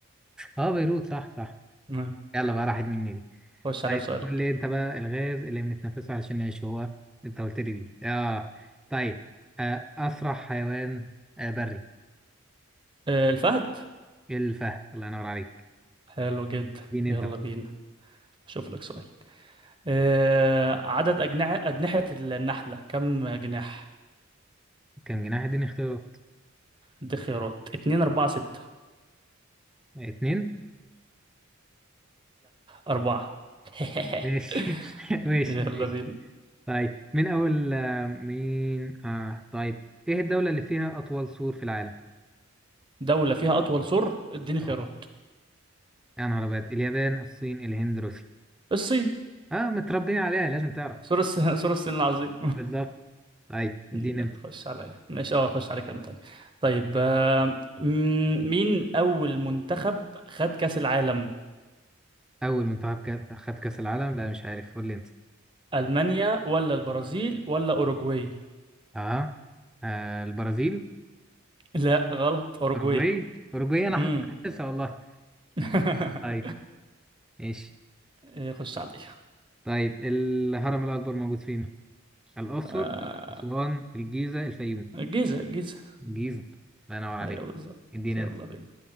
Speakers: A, in the centre; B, on the right.
A: اه بيروت صح صح
B: نعم.
A: يلا بقى راحت مني دي
B: خش عليا
A: طيب
B: بسؤالك
A: قول لي انت بقى الغاز اللي بنتنفسه علشان نعيش هو انت قلت لي دي اه طيب آه اسرع حيوان آه بري
B: آه... الفهد
A: الفهد الله ينور عليك
B: حلو جدا
A: اديني
B: يلا
A: انت
B: بينا اشوف لك سؤال آه... عدد أجنحة أجنحة النحلة كم جناح
A: كم جناح اديني اختيارات
B: هديك خيارات اتنين أربعة ستة
A: اتنين
B: أربعة <laughs>
A: ماشي <laughs> ماشي
B: يلا
A: ماشي
B: بينا
A: طيب من أول آه، مين آه طيب إيه الدولة اللي فيها أطول سور في العالم؟
B: دولة فيها أطول سور اديني
A: أه
B: خيارات
A: يا نهار أبيض اليابان الصين الهند روسيا
B: الصين
A: أه متربيين عليها لازم تعرف
B: سور الس... <laughs> سور الصين العظيم
A: بالظبط طيب
B: يلا،
A: اديني أنت
B: خش عليا ماشي اه خش عليك انا طيب طيب آه، م- مين اول منتخب خد كأس العالم
A: أول منتخب كا- خد كأس العالم لا مش عارف قول لي أنت
B: المانيا ولا البرازيل ولا اوروجواي
A: أه آه، البرازيل
B: لا غلط اوروجواي
A: أوروجواي أوروجواي أنا
B: امم
A: حاسس حاسسها والله
B: <laughs>
A: طيب ماشي
B: إيه، خش عليا
A: طيب الهرم الأكبر موجود فين؟ الأقصر
B: آه،
A: أسوان الجيزة الفيوم
B: الجيزة الجيزة
A: جيزة الله ينور عليك
B: ايوه بالظبط
A: اديني
B: يلا
A: انت
B: بينا